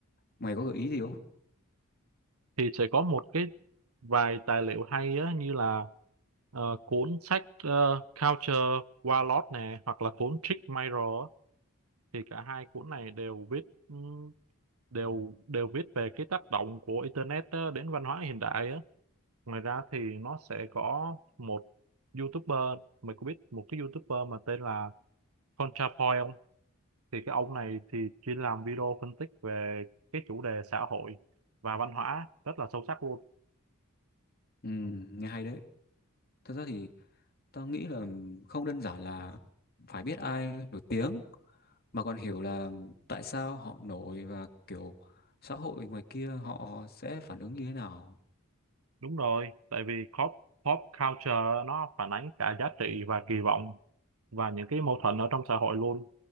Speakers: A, on the left; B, on the right.
A: mày có gợi ý gì không?
B: thì sẽ có một cái vài tài liệu hay á, như là ờ, cuốn sách ờ, Culture Warlord nè hoặc là cuốn Trick Mirror á. thì cả hai cuốn này đều viết ừm, đều đều viết về cái tác động của internet á, đến văn hóa hiện đại á. Ngoài ra thì nó sẽ có một YouTuber mày có biết một cái YouTuber mà tên là ContraPoint không? Thì cái ông này thì chuyên làm video phân tích về cái chủ đề xã hội và văn hóa rất là sâu sắc luôn
A: Ừ, nghe hay đấy. Thật ra thì tao nghĩ là không đơn giản là phải biết ai nổi tiếng mà còn hiểu là tại sao họ nổi và kiểu xã hội ngoài kia họ sẽ phản ứng như thế nào.
B: Đúng rồi, tại vì pop pop culture nó phản ánh cả giá trị và kỳ vọng và những cái mâu thuẫn ở trong xã hội luôn.